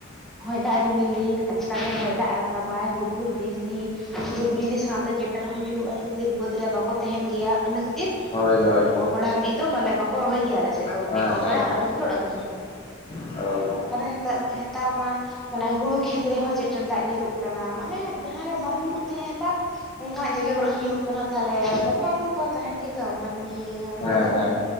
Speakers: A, in the centre; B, on the left (about 30°).
A: ᱦᱚᱭ ᱫᱟᱜ ᱨᱤᱢᱤᱞ ᱫᱤᱱ ᱟᱪᱠᱟᱜᱮ ᱦᱚᱭ ᱫᱟᱜ ᱨᱟᱠᱟᱵᱟᱭ ᱦᱩᱰᱩᱨ ᱵᱤᱡᱽᱞᱤ ᱦᱩᱰᱩᱨ ᱵᱤᱡᱽᱞᱤ ᱥᱟᱶᱛᱮ ᱪᱮᱴᱮᱨ ᱦᱚᱸ ᱧᱩᱨᱩᱜᱼᱟ ᱤᱱᱟᱹ ᱠᱷᱟᱹᱛᱤᱨ ᱵᱟᱹᱫᱽ ᱨᱮ ᱵᱟᱠᱚ ᱛᱟᱦᱮᱱ ᱜᱮᱭᱟ ᱤᱱᱟᱹ ᱠᱷᱟᱹᱛᱤᱨᱼᱼ
B: ᱦᱳᱭ ᱦᱳᱭ,
A: ᱚ ᱵᱮᱲᱟ ᱦᱟᱹᱵᱤᱡ ᱫᱚ ᱵᱟᱞᱮ ᱵᱟᱠᱚ ᱨᱚᱦᱚᱭ ᱜᱮᱭᱟ ᱟᱞᱮ ᱥᱮᱫ ᱫᱚ ᱢᱟᱱᱮ
B: ᱦᱮᱸ
A: ᱚ
B: ᱦᱮᱸ
A: ᱵᱮᱲᱟ
B: ᱦᱮᱸ
A: ᱟᱣᱨᱤ ᱨᱮᱜᱮ ᱚᱲᱟᱜ ᱠᱚ ᱦᱤᱡᱩᱜᱼᱟ।
B: <unintelligible>
A: ᱚᱱᱮ ᱦᱮᱛᱟᱨ ᱢᱟ ᱦᱮᱛᱟᱨ ᱢᱟ ᱢᱟᱱᱮ ᱦᱩᱲᱩ ᱠᱷᱮᱛᱨᱮᱦᱚᱸ ᱪᱮᱴᱮᱨ ᱫᱟᱜ ᱧᱩᱨᱩᱜ ᱠᱟᱱᱟ, ᱢᱟᱱᱮ ᱡᱟᱸᱦᱟ ᱨᱮ ᱵᱟᱝ ᱧᱩᱨᱩᱜ ᱛᱟᱦᱮᱸᱜ ᱱᱮᱛᱟᱨ ᱚᱱᱠᱟᱱᱟᱜ ᱡᱟᱭᱜᱟ ᱠᱚᱨᱮᱜ ᱦᱚᱸ ᱧᱩᱨᱩᱜ ᱠᱟᱱᱟ, ᱛᱟᱦᱞᱮ ᱵᱚᱛᱚᱨ ᱛᱚ ᱛᱟᱦᱮᱱ ᱜᱮᱛᱚ ᱢᱟᱹᱱᱢᱤ ᱦᱚᱲᱢᱚ
B: ᱦᱮᱸ
A: ᱨᱮᱫᱚ।
B: ᱦᱮᱸ